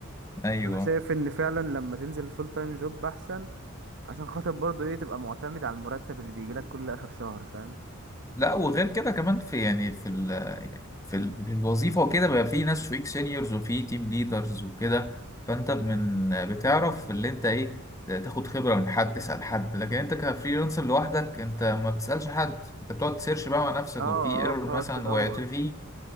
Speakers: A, on the left; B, on the right.
A: ايوه
B: انا شايف ان فعلا لما تنزل فول تايم جوب احسن عشان خاطر برضو ايه تبقى معتمد على المرتب اللي بيجيلك كل اخر شهر فاهم
A: لا وغير كده كمان في يعني في ال في, ال في الوظيفه وكده بقى في ناس فوقيك سينيورز وفي تيم ليدرز وكده فانت من بتعرف اللي انت ايه تاخد خبره من حد تسال حد لكن انت كفريلانسر لوحدك انت ما بتسالش حد انت بتقعد تسيرش بقى مع نفسك
B: اه
A: وفي ايرور
B: اه بتقعد
A: مثلا
B: تدور
A: وقعت فيه